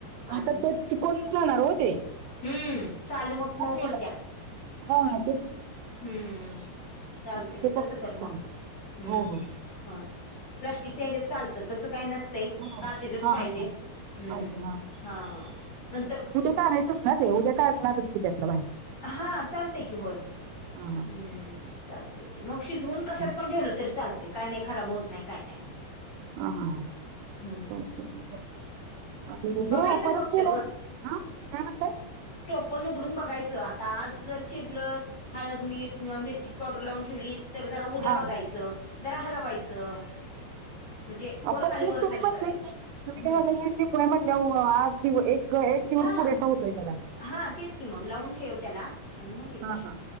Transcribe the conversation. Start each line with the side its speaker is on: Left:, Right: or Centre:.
Right: नाही
Left: आणि
Right: तर ते पिकून जाणार हो ते.
Left: हम्म, साल मग मऊ
Right: खूप
Left: पडत्या,
Right: हे हां, हां, तेच की.
Left: हम्म. चालतंय
Right: आता
Left: की
Right: ते बघतो
Left: तसं कर
Right: ते करायचं.
Left: मग, हम्म
Right: हो, हो.
Left: ह प्लास्टिकच्या हेच्या चालतं तसं काय नस ते
Right: हो.
Left: काचेच
Right: हां,
Left: च पाहिजे
Right: हां, हां.
Left: हम्म
Right: पाहिजे.
Left: हा नंतर
Right: काढायंच ना ते उद्या काढणारच की त्यातलं बाहेर
Left: हा चालतय की होय.
Right: हा हा
Left: हम्म चालतय की मग शिजवून कशात
Right: हं.
Left: पण ठेवलं तरी चालतय काय नाही खराब होत नाही काय नाही
Right: हा हा हां
Left: हम्म
Right: चालतय की आणि
Left: बघायचं
Right: हो परत
Left: फक्त
Right: गेला हा काय म्हणताय
Left: टोपन उघडून बघायचं आता आज जर चिरलस हळद, मीठ, मिरचीची पावडर लावून ठेवलीस तर जरा उद्या
Right: हां.
Left: बघायचं जरा हलवायचं. म्हणजे वर
Right: आपण
Left: खाली
Right: <unintelligible>
Left: वर
Right: तुम्ही
Left: खाली
Right: म्हटले
Left: करायचं
Right: की तुम्ही
Left: हम्म
Right: काय म्हणल्या इडलिंबू आहे म्हंटल्यावर आज दीव एक एक दिवस
Left: हा
Right: पुरेसा होतोय त्याला
Left: हा तेच की मग लावून ठेव त्याला आणि मग हे कर
Right: हा हा